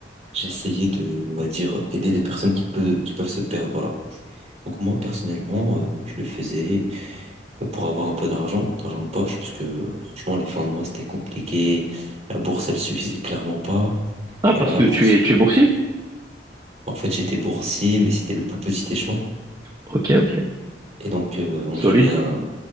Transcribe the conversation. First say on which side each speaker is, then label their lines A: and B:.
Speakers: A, on the right; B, on the right.
A: J'essayais de, on va dire, aider les personnes qui peuvent qui peuvent se perdre, voilà. Donc moi, personnellement, euh, je le faisais. pour avoir un peu d'argent, d'argent de poche, parce que franchement, les fins de mois, c'était compliqué. La bourse, elle suffisait clairement pas.
B: Ah,
A: Et
B: parce
A: voilà,
B: que
A: pour...
B: tu
A: ce-
B: es, tu es boursier?
A: en fait, j'étais boursier, mais c'était le plus petit échelon.
B: Ok, ok.
A: Et donc, euh, on-
B: Solide.
A: j'avais un,